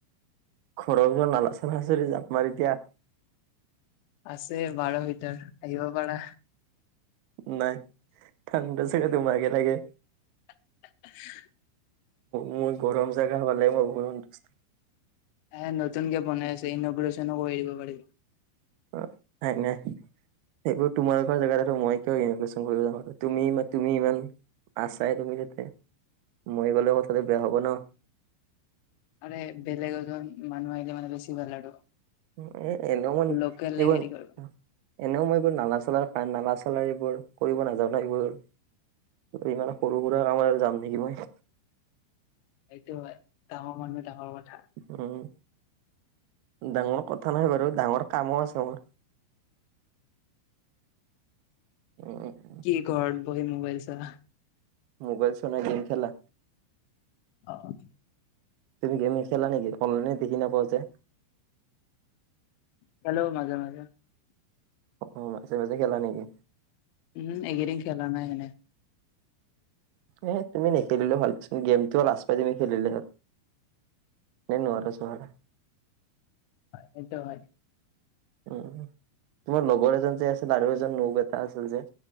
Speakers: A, on the right; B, on the left.
A: ঘৰৰ চৰত নালাচচ জাপ মাৰি এতিয়া।
B: আছে বাৰৰ ভিতৰত আহিব পাৰা।
A: নাই ঠাণ্ডা চাগে তোমাক হে লাগে।
B: <inaudible>
A: মোৰ গৰম জেগা পালে মই বহুত সন্তুষ্ট।
B: এ নতুন কে বনাই আছে ইনগ্ৰে্চনো কৰি দিব পাৰি।
A: অ', নাই -নাই সেইবোৰ তোমালোকৰ জেগাত মই কিয় ইনৌভেচন কৰিব আৰু তুমি ই তুমি ইমান আছাই তুমি যাতে মই গ'লেও কথাটো বেয়া হ'ব ন।
B: মানে বেলেগ এজন মানুহ আহিলে মানে বেছি ভাল আৰু।
A: উ এ এনেও <unintelligible>
B: লোকেলে হেৰি কৰিব
A: এনেও মই এইবোৰ নালাৰ চালাৰ কাৰ নালা চলাৰ এইবোৰ কৰিব নাজানো এইবোৰ। ইমান সৰু সুৰা কামত আৰু যাম নেকি মই।
B: সেইটো হয় ডাঙৰ মানে। ডাঙৰ কথা।
A: উম ডাঙৰ কথা নহয় বাৰু ডাঙৰ কামো আছে মোৰ। <unintelligible>
B: কি ঘৰত বহি মোবাইল চা।
A: মোবাইল চোৱা নে গেম খেলা।
B: অ',
A: তুমি গেম খেলা নেকি অনলাইনে দিখি নাপাওঁ যে-
B: খেলো ' মাজে- মাজে।
A: অ', মাজে- মাজে খেলা নেকি?
B: উম', এইকেইদিন খেলা নাই এনে
A: এ তুমি নেখেলিলেও ভাল পাইচোন গেমটো খেলিলৈ লাজ পাই যাই তুমি খেলিলে এনে নোৱাৰা চোৱাৰা।
B: হয় এইটো হয়।
A: তোমাৰ লগৰ এজন যে- আছিল আৰু এজন নোক এটা আছিল যে-